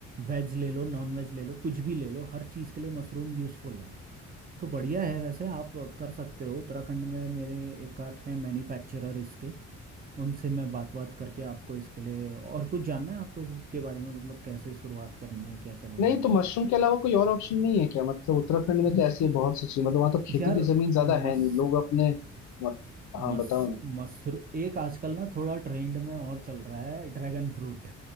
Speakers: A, on the right; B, on the left.
A: वेज ले लो नॉन वेज ले लो कुछ भी ले लो हर चीज़ के लिए मशरूम यूज़फुल है तो बढ़िया है वैसे आप कर सकते हो उत्तराखंड में मेरे एक आध हैं मैन्युफैक्चरर इसके उनसे मैं बात बात करके आपको इसके लिए और कुछ जानना है आपको इसके बारे में मतलब कैसे शुरुआत करनी है क्या करनी
B: नहीं
A: है
B: तो मशरूम के अलावा कोई और ऑप्शन नहीं है क्या मतलब उत्तराखंड में तो ऐसी बहुत सी चीज मतलब वहाँ तो खेती
A: यार
B: की जमीन ज्यादा
A: मस
B: है नहीं लोग अपने मत, हाँ
A: मस
B: बताओ ना
A: मसर एक आजकल ना थोड़ा ट्रेंड में और चल रहा है ड्रैगन फ्रूट